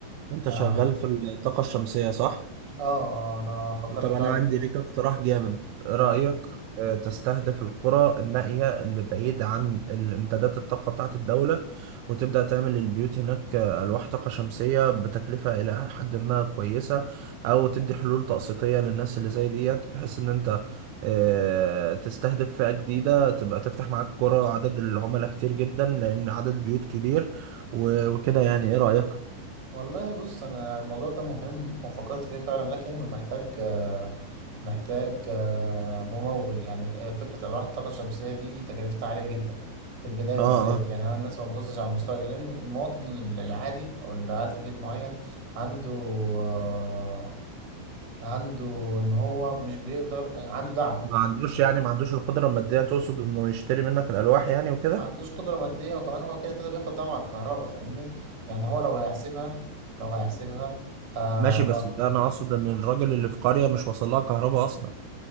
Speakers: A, on the right (about 80°); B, on the right (about 40°).
A: انت
B: آه,
A: شغال في الطاقه الشمسيه صح
B: اه آه، انا فكرت
A: طب
B: فعلا
A: أنا عندي ليك اقتراح جامد إيه رأيك
B: آه
A: آه، تستهدف القرى النائية اللي بعيد عن الامدادات الطاقة بتاعة الدولة وتبدأ تعمل للبيوت هناك آه، ألواح طاقة شمسية بتكلفة إلى حد ما كويسة أو تدي حلول تقسيطية للناس اللي زي ديت بحيث إن أنت آه، تستهدف فئة جديدة تبقى تفتح معاك قرى عدد العملاء كتير جدا لأن عدد البيوت كبير و- وكده يعني إيه رأيك؟
B: والله بص انا الموضوع ده مهم وفكرت فيه فعلا لكنه محتاج آه محتاج آه ممول يعني آه، فكره الواح الطاقه الشمسيه دي تكلفتها عاليه جدا في البدايه
A: آه
B: بالذات
A: آه.
B: يعني هو الناس ما بتبصش على المستقبل لان المواطن العادي او اللي قاعد في بيت معين عنده آه، عنده ان هو مش بيقدر عنده دعم
A: ما عندوش
B: يعني
A: يعني ما عندوش القدرة المادية تقصد انه يشتري منك الألواح يعني وكده
B: ما عندوش قدرة مادية وكمان هو كده كده بياخد دعم على الكهرباء فاهمني يعني هو لو هيحسبها لو هيحسبها آه
A: ماشي بس ده انا اقصد ان الراجل اللي في قرية مش واصل لها كهرباء اصلا